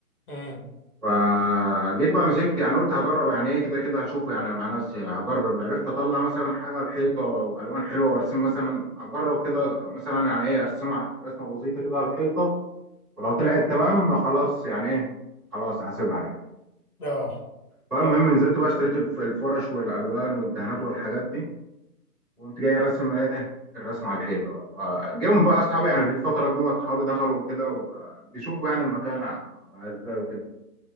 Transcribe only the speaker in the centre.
فجيت بقى مسكت يعني قلت هجرب يعني ايه كده كده هشوفه يعني مع نفسي هجرب لو عرفت اطلع مثلا حاجه على الحيطه والوان حلوه وارسم مثلا اجرب كده مثلا يعني ايه ارسمها رسمه بسيطه كده على الحيطه ولو طلعت تمام خلاص يعني ايه خلاص هسيبها يعني
فالمهم
نزلت بقى اشتريت الف- الفرش والالوان والدهانات والحاجات دي وقمت جاي راسم ايه الرسمه على الحيطه فجم بقى اصحابي يعني في فتره جم اصحابي دخلوا وكده وبقى بيشوفوا يعني المكان بقى ازاي وكده